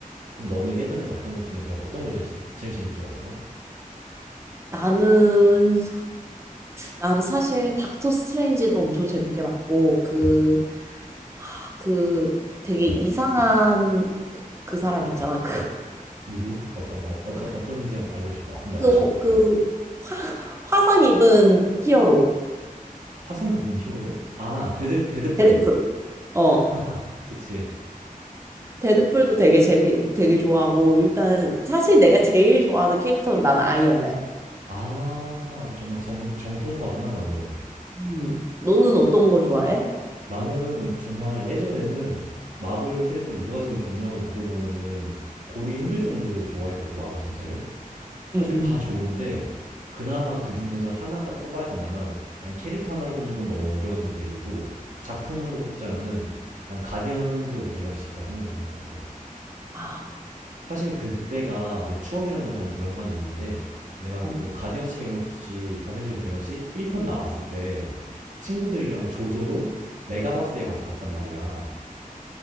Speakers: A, on the right (about 60°); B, on the right (about 20°).
A: 그럼 너는 예전에 봤던 것 중에서 어떤 걸 제일, 제일 재밌게 봤어?
B: 나는 난 사실 닥터 스트레인지도 엄청 재밌게 봤고 그, 아, 그 되게 이상한 그 사람 있잖아. 그,
A: 누구? 어떤 거? 어떤
B: 아, 그,
A: 어떤지 알려줘봐. 그럼 내가
B: 그,
A: 맞춰볼게.
B: 그 화, 화상 입은 히어로
A: 화상 입은 히어로? 아 데드 데드풀.
B: 데드풀. 어.
A: <laughs> 그치.
B: 데드풀도 되게 재미 되게 좋아하고 일단 사실 내가 제일 좋아하는 캐릭터는 난 아이언맨.
A: 아 정말 정 정통파구나 너는.
B: 음. 너는 어떤 거 좋아해?
A: 나는 정말 예전에는 마블 캐릭터 누가 제일 좋냐고 물어보면은 고르기 힘들 정도로 좋아했거든 마블 전체를. 사실
B: 응응.
A: 다 좋은데 그나마 그 중에서 하나 딱 꼽아야 된다면 난 캐릭터 하나를 꼽는 건 너무 어려운 선택이고 작품으로 꼽자면은 난 가디언즈 오브 갤럭시가 생각나는 것 같아.
B: 아.
A: 사실 그때가 내 추억이랑도 관- 연관이 있는데 내가 그때
B: 어.
A: 가디언즈 갤럭시 가디언즈 오브 갤럭시 1편 나왔을 때 친구들이랑 조조로 메가박스에 가서 봤단 말이야.